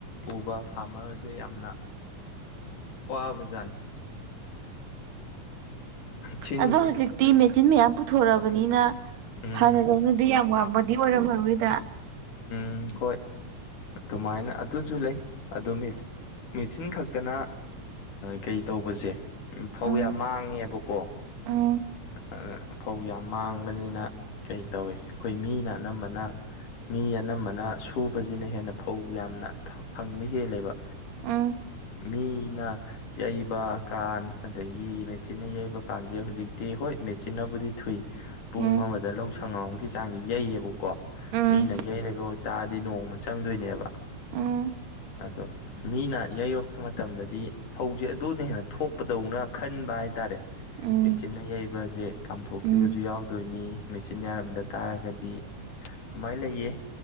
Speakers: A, on the left; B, on the right.
A: ꯎꯕ ꯐꯥꯔꯃꯔꯁꯦ ꯌꯥꯝꯅ ꯋꯥꯕ ꯖꯥꯠꯅꯤ꯫ ꯁꯤꯅꯤ
B: ꯑꯗꯣ ꯍꯧꯖꯤꯛꯇꯤ ꯃꯦꯆꯤꯟ ꯃꯌꯥꯝ ꯄꯨꯊꯣꯔꯛꯑꯕꯅꯤꯅ
A: ꯎꯝ
B: ꯍꯥꯟꯅ ꯗꯧꯅ ꯑꯗꯨꯗꯤ ꯌꯥꯝ ꯋꯥꯡꯕꯗꯤ ꯑꯣꯏꯔꯝꯃꯔꯣꯏꯗ꯫
A: ꯎꯝ ꯍꯣꯏ ꯑꯗꯨꯃꯥꯏꯅ ꯑꯗꯨꯁꯨ ꯂꯩ ꯑꯗꯨ ꯃꯦꯁ ꯃꯦꯆꯤꯟ ꯈꯛꯇꯅ ꯀꯩ ꯇꯧꯕꯁꯦ ꯐꯧ
B: ꯎꯝ
A: ꯌꯥꯝ ꯃꯥꯡꯉꯦꯕꯀꯣ꯫
B: ꯎꯝ꯫
A: ꯑꯗꯨꯅ ꯐꯧ ꯌꯥꯝ ꯃꯥꯡꯕꯅꯤꯅ ꯀꯩ ꯇꯧꯋꯤ ꯑꯩꯈꯣꯏ ꯃꯤꯅ ꯑꯅꯝꯕꯅ ꯃꯤ ꯑꯅꯝꯕꯅ ꯁꯨꯕꯁꯤꯅ ꯍꯦꯟꯅ ꯐꯧ ꯌꯥꯝꯅ ꯐꯪꯕ ꯍꯦꯜꯂꯦꯕ꯫
B: ꯎꯝ
A: ꯃꯤꯅ ꯌꯩꯕ ꯀꯥꯟ ꯑꯗꯒꯤ ꯃꯦꯆꯤꯟꯅ ꯌꯩꯕ ꯀꯥꯟꯁꯦ ꯍꯧꯖꯤꯛ ꯇꯤ ꯍꯣꯏ ꯃꯦꯆꯤꯟꯅꯕꯨꯗꯤ ꯊꯨꯏ ꯄꯨꯡ
B: ꯎꯝ
A: ꯑꯃꯗ ꯂꯧ ꯁꯪꯒꯝ ꯑꯃꯒꯤ ꯆꯥꯡꯗꯤ ꯌꯩꯑꯕꯀꯣ꯫
B: ꯎꯝ
A: ꯃꯤꯅ ꯌꯩꯔꯒ ꯑꯣꯏꯇꯥꯥꯔꯗꯤ ꯅꯣꯡꯃ ꯆꯪꯗꯣꯏꯅꯦꯕ
B: ꯎꯝ
A: ꯑꯗꯣ ꯃꯤꯅ ꯌꯩꯔꯛꯄ ꯃꯇꯝꯗꯗꯤ ꯐꯧꯁꯦ ꯑꯗꯨꯅ ꯍꯦꯟꯅ ꯊꯣꯛꯄꯗꯧꯅ ꯈꯟꯕ ꯍꯥꯏꯇꯥꯔꯦ꯫
B: ꯎꯝ
A: ꯃꯦꯆꯤꯟꯅ ꯌꯩꯕꯁꯦ ꯀꯥꯝꯊꯣꯛꯈꯤꯕꯁꯨ
B: ꯎꯝ
A: ꯌꯥꯎꯗꯣꯏꯅꯤ꯫ ꯃꯦꯆꯤꯟ ꯌꯥꯔꯝꯗ ꯇꯥꯔꯒꯗꯤ ꯑꯗꯨꯃꯥꯏꯅ ꯂꯩꯌꯦ꯫